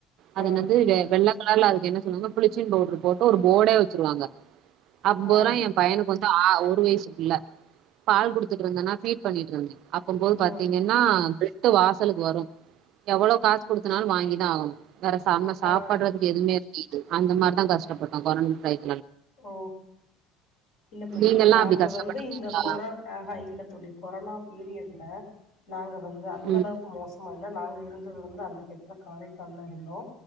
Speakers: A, on the right (about 50°); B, on the left (about 50°).
A: அதன்
B: ஆ
A: வந்து வெ வெள்ளா கலர்ல அதுக்கு என்ன சொல்லுவாங்க புளிச்சின் பவுடர் போட்டு ஒரு போர்டே வச்சுருவாங்க அப்போ
B: ஆ
A: தான் என் பையனு கொஞ்சம் ஒரு வயசு பிள்ள பால் குடுத்துட்டு இருந்தேன்னா ஃபீட் பண்ணிட்டு இருந்தேன் அப்ப போது பாத்தீங்கன்னா
B: ம்
A: அந்த வாசலுக்கு வரு எவ்ளோ காசு குடுத்துனாலு வாங்கி இதா ஆகு வேற சம் சாப்படுறதுக்கு
B: ஆ
A: எதுமே இல் இது அந்த மாரிதா கஷ்டப்பட்ட கொரோனா டைம்
B: ஓ இல்ல தோழி
A: நீங்கல்லா
B: நாங்க
A: அப்டி கஷ்டப்பட்டதுங்களா
B: வந்து இந்த கொரோ ஆஹா இல்ல தோழி கொரோனா பீரியட் இல்ல நாங்க வந்து அந்த
A: ம்
B: அளவுக்கு மோச சும்ம இல்ல நாங்க இருந்தது வந்து அந்த டையத்துல காரைக்கால்லா இருந்தோ